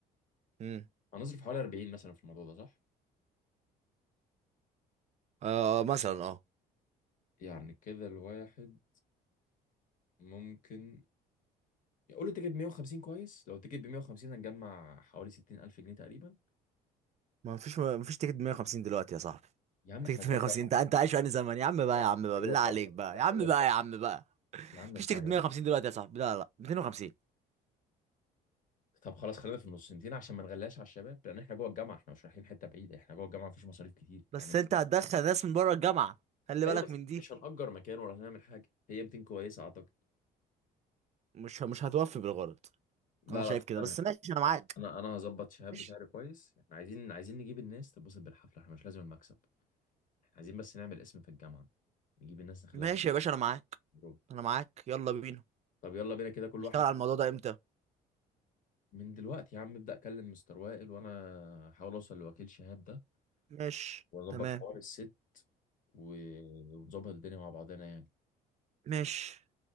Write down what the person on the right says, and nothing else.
امم
آه آه، مثلا اه
ما فيش ما فيش تيكت 150 دلوقتي يا صاحبي
تيكت
150
انت انت عايش في انهي زمن يا عم بقى
يا عم بقى
بالله
عليك بقى
يا عم
بقى
يا عم بقى
مفيش
تيكت 150
دلوقتي يا صاحبي لا لا 250
بس
انت هتدخل ناس من بره الجامعة خلي
بالك
من دي
مش مش هتوفي بالغرض
انا شايف
كده
بس ماشي انا معاك
ماشي
ماشي
يا باشا انا معاك
انا معاك يلا بينا
نشتغل
على الموضوع ده امتى
ماشي
تمام
ماشي